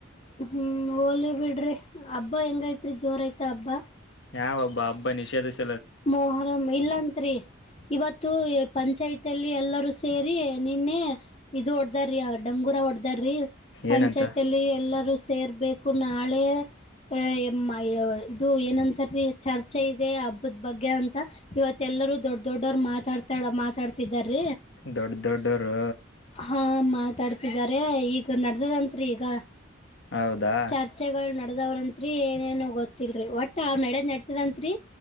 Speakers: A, on the left (about 30°); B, on the left (about 60°).
A: ಹ್ಮ್ ಹೋಲಿ ಬಿಡ್ರಿ ಹಬ್ಬಾ ಹೆಂಗೈತ್ರಿ ಜೋರ ಐತ ಹಬ್ಬಾ
B: ಯಾವ ಒಬ್ಬ ಹಬ್ಬ ನಿಷೇಧ <unintelligible>
A: ಮೊಹರಂ ಇಲ್ಲಾಂತ್ರಿ ಇವತ್ತು ಪಂಚಾಯತ್ ಅಲ್ಲಿ ಎಲ್ಲರೂ ಸೇರಿ ನಿನ್ನೆ ಇದು ಹೊಡ್ಡದ ರೀ ಡಂಗೂರ ಹೊಡ್ದ ಪಂಚಾಯತಿ
B: ಏನಂತ
A: ಅಲ್ಲಿ ಎಲ್ಲರೂ ಸೇರ್ಬೇಕು ನಾಳೆ ಎ ಇದು ಏನಂತರೀ ಚರ್ಚೆ ಇದೆ ಬಗ್ಗೆ ಅಂತ ಇವತ್ತ ಎಲ್ಲರೂ ದೊಡ್ಡ ದೊಡ್ಡವರು ಮಾತಾಡ್ತಾ ಮಾತಾಡ್ತಿದ ರ
B: ದೊಡ್ಡ ದೊಡ್ಡವರು
A: ಹಾ ಮಾತಡ್ತಿದಿದ್ದಾರೆ ಈಗ ನಡ್ದದಂತ್ರಿ ಈಗ
B: ಹೌದಾ
A: ಚರ್ಚೆಗಳು ನಡದವ್ರಂತ್ರಿ ಏನೇನೋ ಗೊತ್ತಿಲ್ರರಿ ಒಟ್ ಅವ್ ನಡ್ ನಾಡ್ಸಿದನ್ರಿ